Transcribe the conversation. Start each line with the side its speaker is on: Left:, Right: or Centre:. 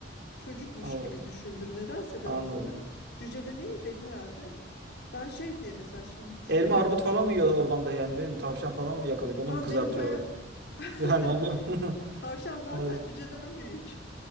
Left: çocukmuş
Right: Evet.
Left: gibi düşündüm. Nedense ben
Right: Anladım.
Left: onları. Cüce de ne yiyecek herhalde? Ben şey diye mesela şimdi düşünüyorum.
Right: Elma armut falan mı yiyorlar ormanda yani benim tavşan falan mı yakalayıp onu
Left: Valla
Right: mu kızartıyorlar?
Left: benim haya
Right: <laughs>
Left: <laughs>
Right: Yani onu değil mi?
Left: tavşan
Right: <laughs>
Left: zaten
Right: Hadi.
Left: cüceden büyük.